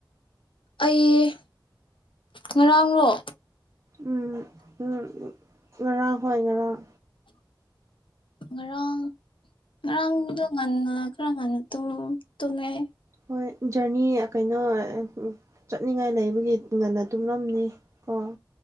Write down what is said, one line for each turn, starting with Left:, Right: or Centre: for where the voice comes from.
Left: ꯑꯩ ꯉꯔꯥꯡꯔꯣ
Right: ꯎꯝ ꯍꯨꯃ ꯉꯔꯥꯡ ꯍꯣꯏ ꯉꯔꯥꯡ
Left: ꯉꯔꯥꯡ ꯉꯔꯥꯡꯗꯣ ꯉꯟꯅ ꯈꯔ ꯉꯟꯅ ꯇꯨꯝ ꯇꯨꯝꯃꯦ ꯑꯩ
Right: ꯍꯣꯏ ꯖꯔꯅꯤ ꯀꯩꯅꯣ ꯆꯠꯅꯤꯡꯉꯥꯏ ꯂꯩꯕꯒꯤ ꯉꯟꯅ ꯇꯨꯝꯂꯝꯅꯤꯀꯣ